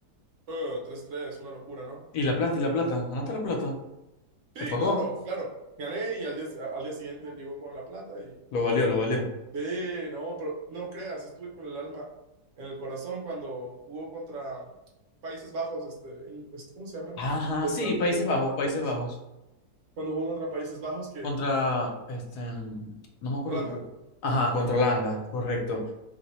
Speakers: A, on the right; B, on the left.
A: Eh, tres 3 una locura, ¿no?
B: Y la plata, y la plata. ¿Ganaste la plata?
A: Sí,
B: ¿Te pagó?
A: claro, claro. Gané y al día, al día siguiente él llegó con la plata y...
B: Lo valió, lo valió.
A: Sí, no, pero no creas, estuve con el alma en el corazón cuando jugó contra Países Bajos, este, en- este, ¿cómo se llaman?
B: Ajá,
A: Los,
B: sí,
A: ne-
B: Países
A: los
B: Bajos,
A: neerlandeses.
B: Países Bajos.
A: cuando jugó contra Países Bajos que
B: Contra, este, no me acuerdo,
A: Holanda.
B: pero... Ajá, contra Holanda, correcto.